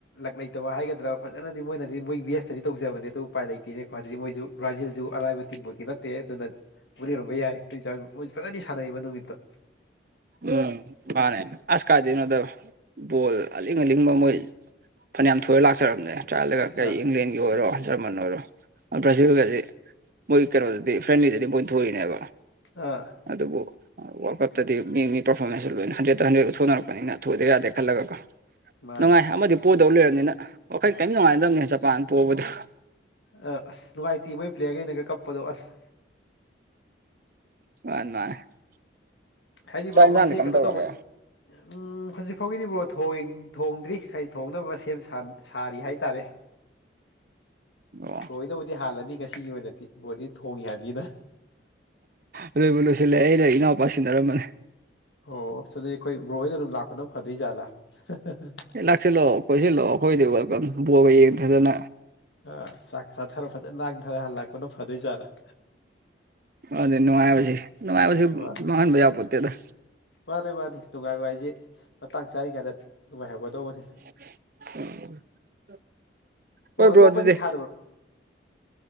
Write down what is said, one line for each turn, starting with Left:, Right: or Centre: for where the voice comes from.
Left: ꯂꯛ ꯂꯩꯇꯕ ꯍꯥꯏꯒꯗ꯭ꯔꯥ ꯐꯖꯅꯗꯤ ꯃꯣꯏꯅꯗꯤ ꯃꯣꯏ ꯕꯦꯁ ꯇꯗꯤ ꯇꯧꯖꯕꯅꯦ ꯑꯗꯨ ꯎꯄꯥꯏ ꯂꯩꯇꯦꯅꯦꯀꯣ ꯑꯗꯨ ꯃꯣꯏꯁꯨ ꯕ꯭ꯔꯥꯏꯖꯤꯜꯗꯨ ꯑꯔꯥꯏꯕ ꯇꯤꯝꯕꯨꯇꯤ ꯅꯠꯇꯦ ꯑꯗꯨꯅ <unintelligible> ꯃꯣꯏ ꯐꯖꯅꯗꯤ ꯁꯥꯟꯅꯩꯕ ꯅꯨꯃꯤꯠꯇꯣ
Right: ꯎꯝ ꯃꯥꯅꯦ ꯑꯁ ꯀꯥꯏꯗꯩꯅꯣꯗ ꯕꯣꯜ ꯑꯂꯤꯡ ꯑꯂꯤꯡꯕ ꯃꯣꯏ ꯐꯅꯌꯥꯝ ꯊꯣꯏꯔ ꯂꯥꯛꯆꯔꯕꯅꯦ ꯇ꯭ꯔꯥꯏꯌꯦꯜꯗꯒ ꯀꯩ
Left: ꯑꯥ
Right: ꯏꯪꯂꯦꯟꯒꯤ ꯑꯣꯏꯔꯣ ꯆꯞꯃꯟꯅꯔ ꯕꯥꯔꯖꯤꯜꯒꯖꯦ ꯃꯣꯏ ꯀꯩꯅꯣꯗꯗꯤ ꯐ꯭ꯔꯦꯟꯂꯤꯗꯗꯤ ꯃꯣꯏ ꯊꯣꯏꯔꯤꯅꯦꯕ
Left: ꯑꯥ
Right: ꯑꯗꯨꯕꯨ ꯋꯜꯀꯞꯇꯗꯤ ꯃꯤ ꯃꯤ ꯄꯔꯐꯣꯔꯃꯦꯟꯁꯁꯨ ꯂꯣꯏꯅ ꯍꯟꯗ꯭ꯔꯦꯗ ꯍꯟꯗ꯭ꯔꯦꯗ ꯎ ꯊꯣꯛꯅꯔꯛꯄꯅꯤꯅ ꯊꯣꯏꯗ ꯌꯥꯗꯦ ꯈꯜꯂꯒꯀꯣ
Left: ꯃꯥꯅꯦ
Right: ꯅꯨꯡꯉꯥꯏ ꯑꯃꯗꯤ ꯄꯣꯗꯧ ꯂꯩꯔꯕꯅꯤꯅ ꯋꯥꯈꯜ ꯀꯔꯤꯝ ꯅꯨꯡꯉꯥꯏꯅꯗꯕꯅꯤ ꯖꯄꯥꯟ ꯄꯣꯕꯗꯨ
Left: ꯑ ꯑꯁ ꯅꯨꯡꯉꯥꯏꯇꯦ ꯃꯣꯏ ꯄ꯭ꯂꯦꯌꯔꯒꯩꯅꯒ ꯀꯞꯄꯗꯣ ꯑꯁ
Right: <unintelligible>
Left: ꯍꯥꯏꯗꯤ
Right: ꯆꯥꯛ
Left: ꯕ꯭ꯔꯣ
Right: ꯏꯟꯖꯥꯡꯗꯤ
Left: ꯃꯣꯏꯁꯦ
Right: ꯀꯝ
Left: ꯀꯩꯅꯣ
Right: ꯇꯧꯔꯒꯦ
Left: ꯇꯧꯕ ꯎꯝ ꯍꯧꯖꯤꯛꯐꯥꯎꯒꯤꯗꯤ ꯕꯔꯣ ꯊꯣꯡ ꯊꯣꯡꯗ꯭ꯔꯤ꯫ ꯊꯣꯡꯅꯕ ꯁꯦꯝ ꯁꯥꯔꯤ ꯍꯥꯏꯇꯔꯦ꯫
Right: ꯑꯣ
Left: ꯂꯣꯏꯅꯕꯨꯗꯤ ꯍꯥꯜꯂꯅꯤ ꯉꯁꯤꯒꯤ ꯑꯣꯏꯅꯗꯤ ꯗꯤ ꯊꯣꯡꯉꯤ ꯍꯥꯏꯅꯤꯅ꯫
Right: ꯂꯣꯏꯕꯨ ꯂꯣꯏꯁꯤꯜꯂꯦ ꯑꯩꯩꯅ ꯏꯅꯥꯎꯄꯥ ꯁꯤꯟꯅꯔꯝꯕꯅꯦ꯫
Left: ꯑꯣ ꯑꯗꯨꯗꯩ ꯑꯩꯈꯣꯏ ꯕ ꯍꯣꯏꯅ ꯑꯗꯨꯝ ꯂꯥꯛꯄꯅꯝ ꯐꯗꯣꯏ ꯖꯥꯠꯂꯥ <unintelligible>
Right: ꯑꯦ ꯂꯥꯛꯁꯤꯜꯂꯛꯑꯣ ꯀꯣꯏꯁꯤꯜꯂꯛꯑꯣ ꯑꯩꯈꯣꯏꯗꯤ ꯋꯦꯜꯀꯝ ꯕꯣꯒ ꯌꯦꯡꯗꯗꯅ
Left: ꯑ ꯆꯥꯛ ꯆꯊꯔ ꯐꯖꯅ ꯅꯥꯥꯡꯊꯔ ꯍꯜꯂꯛꯄꯅ ꯐꯗꯣꯏ ꯖꯥꯠꯂ꯫
Right: ꯑꯗꯨ ꯅꯨꯡꯉꯥꯏꯕꯁꯤ ꯅꯨꯡꯉꯥꯏꯕꯁꯤ
Left: ꯃꯥꯅꯤ
Right: ꯃꯥꯡꯍꯟꯕ ꯌꯥ ꯄꯣꯠꯇꯦꯗ
Left: ꯃꯥꯅꯤ ꯃꯥꯅꯤ ꯅꯨꯡꯉꯥꯏꯕ ꯍꯥꯏꯁꯦ ꯃꯇꯥꯡ ꯆꯥꯔꯤꯉꯩꯗ ꯅꯨꯡꯉꯥꯏꯍꯧꯒꯗꯧꯕꯅꯦ꯫
Right: <unintelligible> ꯍꯣꯏ
Left: ꯑꯣ
Right: ꯕ꯭ꯔꯣ
Left: ꯑꯇꯣꯞꯄꯗꯤ
Right: ꯑꯗꯨꯗꯤ
Left: ꯊꯥꯗꯕ꯭ꯔꯣ꯫